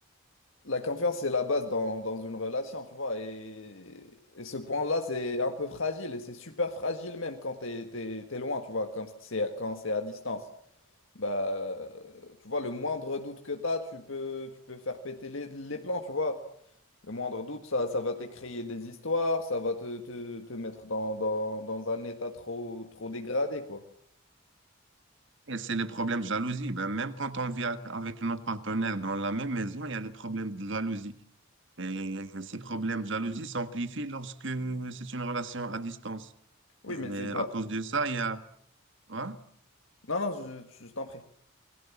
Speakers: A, on the left; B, on the right.
A: la confiance, c'est la base dans, dans une relation, tu vois. Et, et ce point-là, c'est un peu fragile, et c'est super fragile même quand t'es, t'es, t'es loin, tu vois, quand c'est, quand c'est à distance. Bah, euh, tu vois, le moindre doute que t'as, tu peux, tu peux faire péter les, les plans, tu vois. Le moindre doute, ça, ça va te créer des histoires, ça va te, te, te mettre dans, dans, dans un état trop, trop dégradé, quoi.
B: Et c'est le problème de jalousie. Ben, même quand on vit a- avec notre partenaire dans la même maison, il y a le problème de jalousie. Et ces problèmes de jalousie s'amplifient lorsque c'est une relation à distance.
A: Oui,
B: Et
A: mais c'est pas...
B: à cause de ça, il y a... Ouais.
A: Non, non, je, je t'en prie.